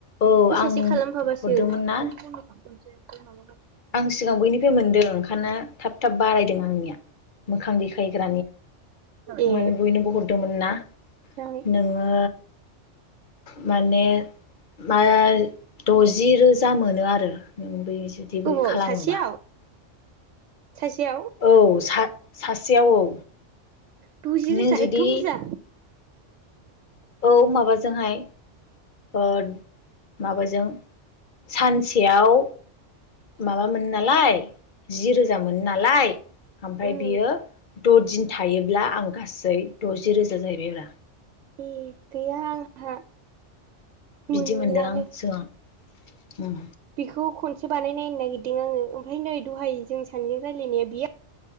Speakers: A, on the left; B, on the right.
A: औ
B: बैसासे
A: आं
B: खालामफाबासो
A: हरदोंमोन
B: <unintelligible>
A: ना आं सिगां बैनिफ्राय मोनदों ओंखाना थाब थाब बारायदों आंनिया मोखां देखायग्रा
B: ए
A: माने बयनोबो हरदोमोन ना
B: जाबाय
A: नोङो माने मा द'जि रोजा मोनो आरो नों बै जुदि
B: गोबाव
A: बै खालामोबा
B: सासेयाव सासेयाव
A: औ सा सासेयाव औ
B: द'जि
A: नों
B: रोजा
A: जुदि
B: एथ' बुरजा
A: औ माबाजोंहाय ओ माबाजों सानसेयाव माबा मोनो नालाय जि रोजा मोनो नालाय ओमफ्राय
B: उम
A: बियो द'दिन थायोब्ला आं गासै द'जि रोजा जाहैबायब्रा
B: ए गैया आंहा
A: बिदि
B: मोनलानो
A: मोनदों आं सिगां उम
B: बेखौ खनसे बानायनायनो नागिरदों आङो ओमफ्राय नै दहाय जों सानैजों रायजलायनाया बियो